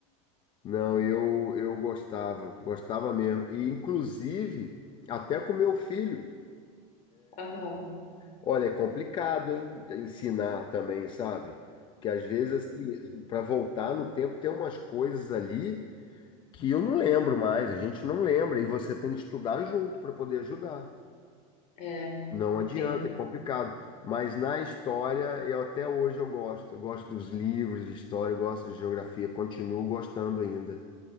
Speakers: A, on the left; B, on the left.
A: Não, eu, eu gostava, gostava mesmo. E, inclusive, até com meu filho.
B: Aham,
A: Olha, é complicado, hein? Ensinar também, sabe? Porque às vezes, assim, para voltar no tempo, tem umas coisas ali que eu não lembro mais, a gente não lembra, e você tem que estudar junto para poder ajudar.
B: é, é,
A: Não adianta,
B: sim.
A: é complicado. Mas na história, eu até hoje eu gosto. Eu gosto dos livros de história, eu gosto de geografia, continuo gostando ainda.